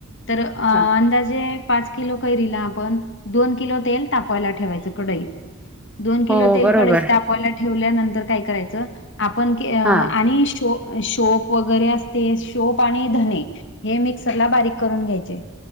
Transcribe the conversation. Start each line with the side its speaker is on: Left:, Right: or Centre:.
Left: तर अ
Centre: हा
Left: अंदाजे पाच किलो कैरीला आपण दोन किलो तेल तापवायला ठेवायचं कडईत. दोन किलो
Centre: हो
Left: तेल
Centre: बरोबर
Left: कडईत तापतायला ठेवल्यानंतर काय करायचं आपण आणि
Centre: हा
Left: शो शोप वगैरे असते शोप आणि धने हे मिक्सरला बारीक करून घ्यायचे